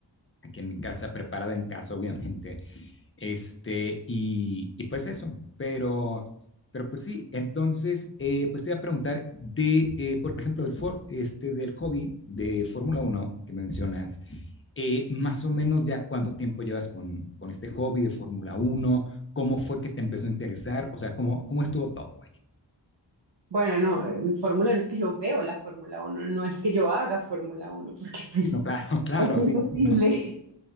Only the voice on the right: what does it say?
Bueno, no, eh, Fórmula uno. es que yo veo la Fórmula uno. no es que yo haga Fórmula uno, porque <laughs> pues
es imposible.